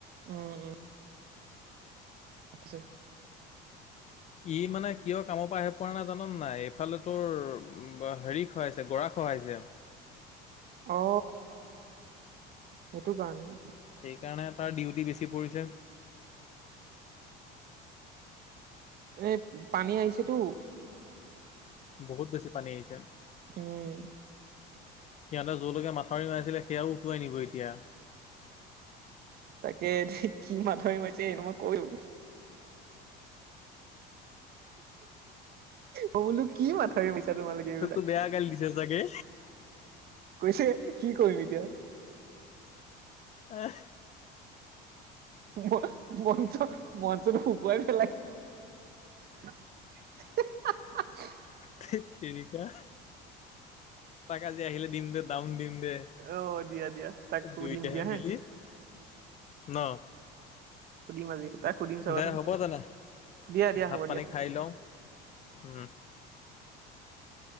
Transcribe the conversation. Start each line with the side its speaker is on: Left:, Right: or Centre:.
Right: উম উম ছে
Left: ই মানে কিয় কামৰ পৰা আহে পোৱা নাই জান নাই এইফালে তোৰ হেৰি খাইছে গৰা। সই যায়।
Right: অ সেইটো কাৰণে।
Left: সেইকাৰণে তাৰ ডিউটি বেছি পৰিছে।
Right: এ পানী আহিছেতো।
Left: বহুত বেছি পানী আহিছে
Right: উম
Left: সিহঁতে যলৈকে মাথাউৰি মাৰাইছিলে। তেইও উঠুৱাই নিব এতিয়া।
Right: তাকে যে কি মাথাৰি মাৰিছে সটো মই কৈ। অ বোলো কি মাথা। এই মিছা তোমালোকে এইবিলাক?
Left: তোকতো বেয়া গালি দিছে চাগে
Right: কৈছে কি কৰিম এতিয়া।
Left: আহ
Right: মই মনটো ম। কুব পেলাই হে হে হা হা।
Left: থেততেৰিকা তাক আজি আহিলে দিম দে। ডাউন দিম দে
Right: অ দিয়া দিয়া তাক সুধিম
Left: দুইটাহে
Right: দিয়া হে
Left: মিলি। ন
Right: খুদি আজি। তাইক সুধিম চাবাচোন
Left: দে হ'ব তেনে
Right: দিয়া দিয়া
Left: ভাত
Right: হ'ব
Left: পানী
Right: দিয়া।
Left: খাই লওঁ উম <inaudible>